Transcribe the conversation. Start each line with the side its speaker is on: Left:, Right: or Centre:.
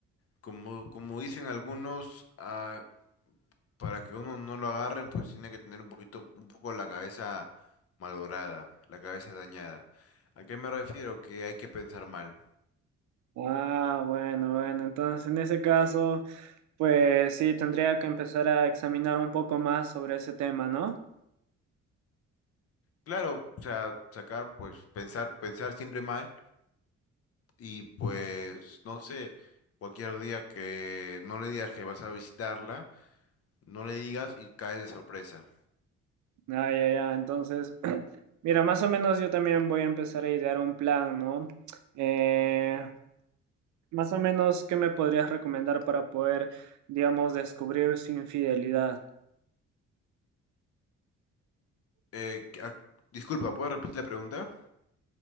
Left: como, como dicen algunos, ah, para que uno no lo agarren, pues tiene que tener un poquito, un poco la cabeza malograda, la cabeza dañada. ¿A qué me refiero? Que hay que pensar mal.
Right: Ah, bueno, bueno, entonces en ese caso, pues sí, tendría que empezar a examinar un poco más sobre ese tema, ¿no?
Left: Claro, o sea, sacar, pues pensar, pensar siempre mal Y pues, no sé, cualquier día que no le digas que vas a visitarla, no le digas y caes de sorpresa.
Right: Ah, ya, ya, entonces, <clears throat> mira, más o menos yo también voy a empezar a idear un plan, ¿no? Eh, más o menos, ¿qué me podrías recomendar para poder, digamos, descubrir su infidelidad?
Left: Eh, que- ah, disculpa, ¿puedes repetir la pregunta?